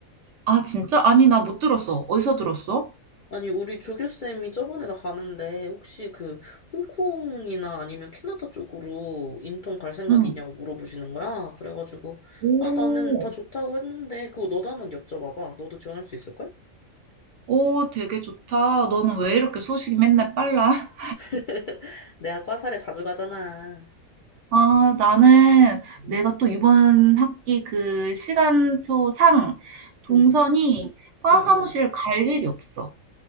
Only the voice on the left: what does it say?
아니, 우리 조교쌤이 저번에 나 가는데, 혹시 그, 홍콩이나 아니면 캐나다 쪽으로 인턴 갈 생각
있냐고 물어보시는 거야? 그래가지고,
아, 나는 다 좋다고 했는데, 그거 너도 한번 여쭤봐봐. 너도 지원할 수 있을걸?
<laughs> 내가 과사를 자주 가잖아.
응,
응,
응,
응.